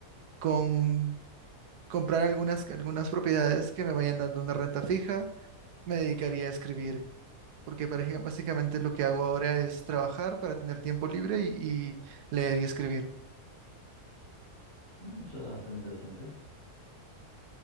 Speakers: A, on the right; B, on the left.
A: con comprar algunas, algunas propiedades que me vayan dando una renta fija, me dedicaría a escribir, porque pareja- básicamente lo que hago ahora es trabajar para tener tiempo libre y, y leer y escribir.
B: Mm, suena bastante interesante.